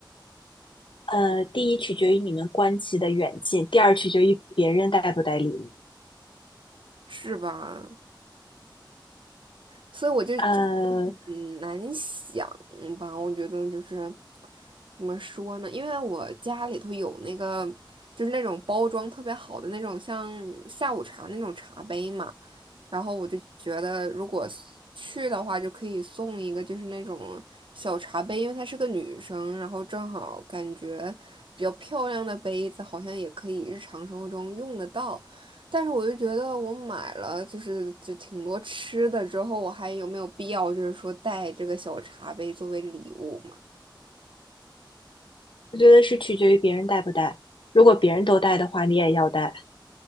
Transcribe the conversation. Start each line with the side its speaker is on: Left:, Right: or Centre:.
Left: 呃，第一取决于你们关系的远近，第二取决于别人带不带礼物。
Right: 是吧？所以我就就
Left: 呃，
Right: 嗯，难想嗯吧？我觉得就是怎么说呢？因为我家里头有那个，就是那种包装特别好的那种，像下午茶那种茶杯嘛。然后我就觉得，如果 s- 去的话，就可以送一个就是那种小茶杯，因为她是个女生，然后正好感觉比较漂亮的杯子，好像也可以日常生活中用得到。但是我就觉得，我买了就是就挺多吃的之后，我还有没有必要就是说带这个小茶杯作为礼物嘛？
Left: 我觉得是取决于别人带不带。如果别人都带的话，你也要带。